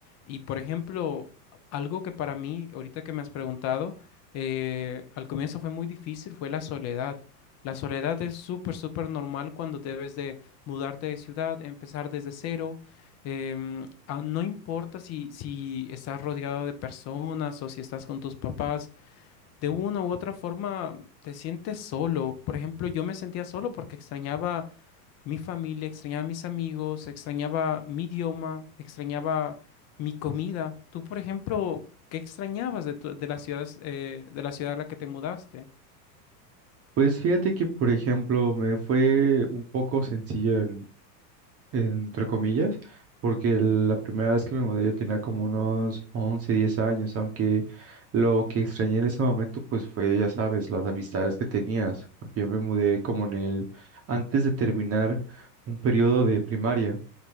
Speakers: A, on the left; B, on the right.
A: Y por ejemplo, algo que para mí, ahorita que me has preguntado, eh, al comienzo fue muy difícil, fue la soledad. La soledad es súper, súper normal cuando debes de mudarte de ciudad, empezar desde cero. em, ah, no importa si, si estás rodeado de personas o si estás con tus papás, de una u otra forma te sientes solo. Por ejemplo, yo me sentía solo porque extrañaba mi familia, extrañaba mis amigos, extrañaba mi idioma, extrañaba mi comida. Tú, por ejemplo, ¿qué extrañabas de, tu- de las ciudades, eh, de la ciudad a la que te mudaste?
B: Pues fíjate que, por ejemplo, me fue un poco sencillo entre comillas, porque el- la primera vez que me mudé yo tenía como unos 11 10 años, aunque lo que extrañé en ese momento pues fue, ya sabes, las amistades que tenías, porque yo me mudé como en el, antes de terminar un periodo de primaria